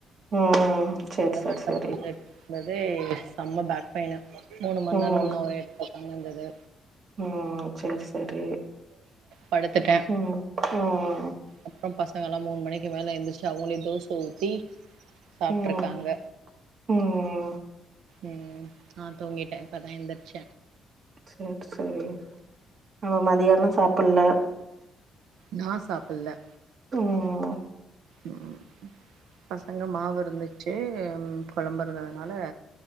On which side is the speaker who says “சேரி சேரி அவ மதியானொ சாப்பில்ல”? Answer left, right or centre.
Right